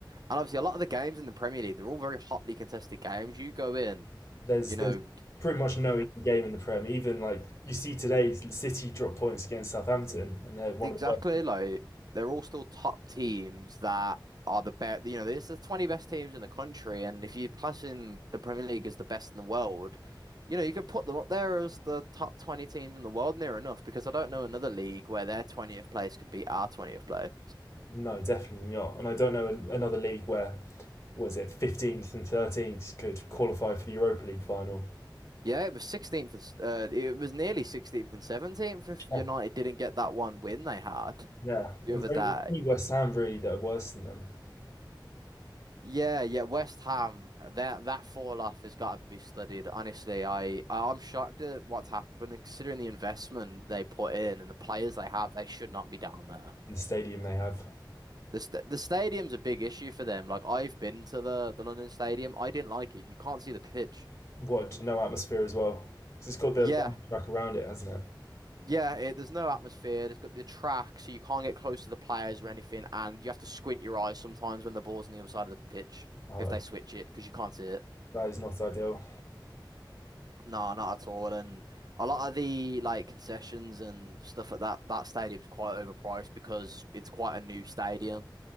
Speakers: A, on the right; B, on the left.
A: And obviously a lot of the games in the Premier League, they're all very hotly contested games. You go in,
B: There's
A: you
B: there's
A: know,
B: pretty much no easy game in the Prem. Even like you see today, City drop points against Southampton, and they're one
A: Exactly,
B: of the worst.
A: like they're all still top teams that are the best. You know, this is the 20 best teams in the country, and if you class in the Premier League as the best in the world, you know, you could put them up there as the top 20 teams in the world near enough because I don't know another league where their 20th place could be our 20th place.
B: No, definitely not. And I don't know another league where was it 15th and 13th could qualify for the Europa League final.
A: Yeah, it was 16th and s- uh, it was nearly 16th and 17th if United
B: Yeah,
A: didn't get that one win they had
B: yeah.
A: the
B: It
A: other
B: was only,
A: day.
B: it's only West Ham really that are worse than them
A: Yeah, yeah, West Ham, that that fall off has got to be studied. Honestly, I I'm shocked at what's happened and considering the investment they put in and the players they have, they should not be down there.
B: in the stadium they have.
A: The st the stadium's a big issue for them. Like I've been to the the London Stadium, I didn't like it. You can't see the pitch.
B: What no atmosphere as well because it's got the
A: Yeah.
B: track around it, hasn't it?
A: Yeah, it, there's no atmosphere. It's got the track, so you can't get close to the players or anything, and you have to squint your eyes sometimes when the ball's on the other side of the pitch
B: Oh,
A: if they switch it because you can't see it.
B: that is not ideal.
A: No, not at all. And a lot of the like concessions and stuff at that that stadium's quite overpriced because it's quite a new stadium.